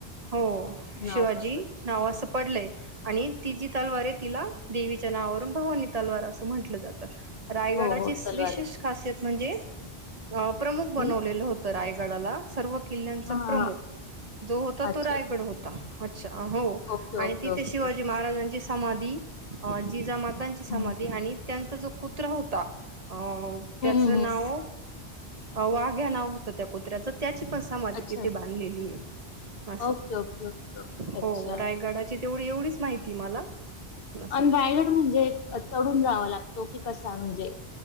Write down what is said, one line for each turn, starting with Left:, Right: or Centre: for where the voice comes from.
Right: हो
Left: नाव
Right: शिवाजी
Left: पण पड
Right: नाव असं पडलंय आणि तिचीी तलवार आहे तिला देवीच्या नावावरून भावानी तलवार असं म्हंटलं जातं रायगडाचे
Left: हो हो तलवार
Right: विशेष खासियत म्हणजे प्रमुख बनवलेलं
Left: हम्म
Right: होतं रायगडाला सर्व किल्ल्यांचा
Left: हा
Right: प्रमुख
Left: हा हा.
Right: जो होता
Left: अच्छा
Right: तो रायगड
Left: अच्छा
Right: होता अच्छा हो
Left: ओके
Right: आणि
Left: ओके
Right: तिथे
Left: ओके
Right: शिवाजी
Left: ओके
Right: महाराजांची समाधी जिजामातांची समाधी
Left: हम्म
Right: आणि त्यांचा जो कुत्रा होता अ त्याचं
Left: हम्म हम्म
Right: नाव वाघ्या नाव होतं त्या कुत्र्याचं त्याची पण समाधी
Left: अच्छा
Right: तिथे बांधलेली आहे अस
Left: ओके ओके ओके ओके
Right: हो
Left: अच्छा
Right: रायगडाची तेवढी एवढीच माहिती मला असं
Left: अं राायलट म्हणजे चढून जावा लागतो की कसा म्हणजे